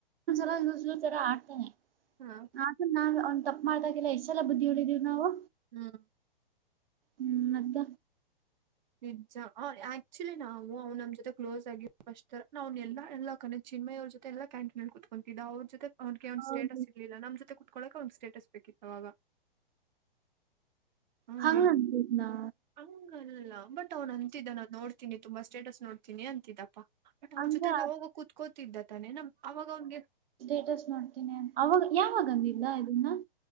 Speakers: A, on the right; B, on the right.
A: ಒಂದ್ಸಲ ತರ ಆಡ್ತಾನನೆ
B: ಹಾ <inaudible>
A: ನ ನಾ ಅವ್ ತಪ್ಪ ಮಾಡ್ದಾಗೆಲ್ಲ ಎಷ್ಟಸಲ್ಲ ಬುದ್ಧಿ ಹೊಡಿದೀವಿ ನಾವು.
B: ಹ್ಮ್.
A: ಹ್ಮ್ ಮದ.
B: ಪಿಜ್ಜಾ ಯಾ. ಚಿಲಿ ನಾವು ಅವ್ ನಮ್ಮ ಜೊ ಕ್ೋಸ್ ಆಗಿ ಅಸ್ರ ನ್ ಎಲ್ಲ ಕ ಚಿಮಯ ಅವ ಜೊತೆ ಎ ಕ್ಯಾಂಟನ್ ಹಳ್ಕೂತವಿ. ದಾ <unintelligible> ಅವ್ರಿಗೆ ಅವ್
A: ಹೌದು
B: ಸ್ಟೇಟಸ್ ಇರ್ಲಿಲ್ಲ ನಮ್ ಜೊತೆ ಕುೂತ್ಕೊಳಕ್ಕೆ ಅವನ್ ಸ್ಟೇಟಸ್ ಬೇಕಿತ್ತು ಅವಾಗ. ಹ್ಮ್
A: ಹ ನಾ.
B: ಹಂಗಲ್ಲ ಬಟ್ ಅವ್ನ್ ಅಂತಿದ್ದ ನಾನ್ ನೋಡ್ತೀನಿ ತುಂಬಾ ಸ್ಟೇಟಸ್ ನೋಡ್ತೀನಿ ಅಂತಿದ್ದಪ್ಪ. ಬಟ್ ಅವ್ರ
A: ಅಂದ್ರ
B: ಜೊತೆ ಎಲ್ಲ ಹೋಗ ಕುೂತ್ಕೋತಿದ್ದ ತಾನೇ ನ ಅವಾಗ ಅವ್ನಿಗೆ.
A: ಸ್ಟೇಟಸ್ ನೋಡ್ತೀನಿ ಅವಾಗ ಯಾವಾಗಂದಿದ್ದ ಇದನ್ನ.